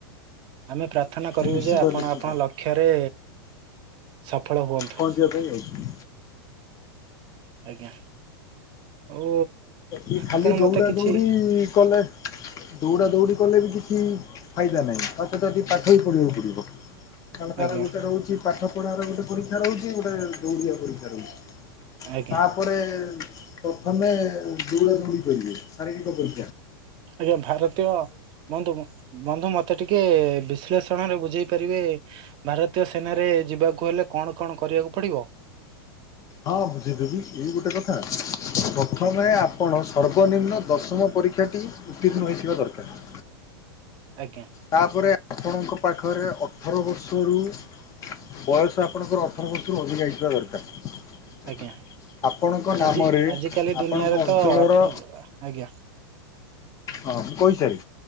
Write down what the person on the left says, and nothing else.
ନିଶ୍ଚିତ
ନିଶ୍ଚିତ
ପହଞ୍ଚିବା ପାଇଁ ଆଉ।
ଇଏ ଖାଲି
ଦୌଡା
ଦୌଡି କଲେ ଦୌଡା ଦୌଡି କଲେ ବି କିଛି ଫାଇଦା ନାଇଁ ତା ସହିତ ଆଉ ଟିକେ ପାଠ ବି ପଢ଼ିବାକୁ ପଡିବ। କାରଣ ତାର
ଗୋଟେ ରହୁଚି ପାଠ ପଢାରେ ଗୋଟେ ପରୀକ୍ଷା ରହୁଚି ଗୋଟେ ଦୌଡିିବା ପରୀକ୍ଷା ରହୁଚି।
ତାପରେ ପ୍ରଥମେ ଦୌଡ଼ା ଦୌଡି କରିବେ ଶାରୀରିକ ପରି
ହଁ ବୁଝେଇଦେବି ଏଇ ଗୋଟେ କଥା। ପ୍ରଥମେ ଆପଣ ସର୍ବନିମ୍ନ ଦଶମ ପରୀକ୍ଷାଟି ଉତ୍ତୀର୍ଣ୍ଣ ହୋଇଥିବା ଦରକାର।
ତାପରେ ଆପଣଙ୍କ ପାଖରେ ଅଠର ବର୍ଷରୁ ବୟସ ଆପଣଙ୍କର ଅଠର ବର୍ଷରୁ ଅଧିକା ହେଇଥିବା ଦରକାର।
ଆପଣଙ୍କ
ନାମରେ
ଆପଣଙ୍କ
ଅଞ୍ଚଳର
ହଁ ମୁଁ କହିସାରେ